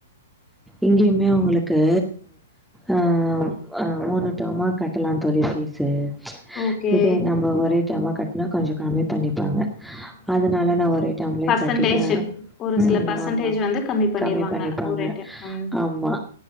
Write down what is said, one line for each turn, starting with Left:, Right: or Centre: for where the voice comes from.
Centre: எங்கேயுமே அவங்களுக்கு அஹ் ஆஹ ஓணட்டோமா கட்டலான் தோழி ஃபீஸு ப்ச்
Left: ஓகே
Centre: இதே நம்ம ஒரே டெர்ம்மா கட்னா கொஞ்சோ கம்மி பண்ணி ப்பாங்க அதனால நா ஒரே டெர்ம்லயே
Left: பர்சன்டேஜ்
Centre: கட்டிட்டே
Left: ஒரு சில
Centre: ம்
Left: பர்சன்டேஜ்
Centre: ஆமா
Left: வந்து பண்ணிடுவாங்க
Centre: கம்மி பண்ணி பாங்க
Left: ஒரு டைம்
Centre: ஆமா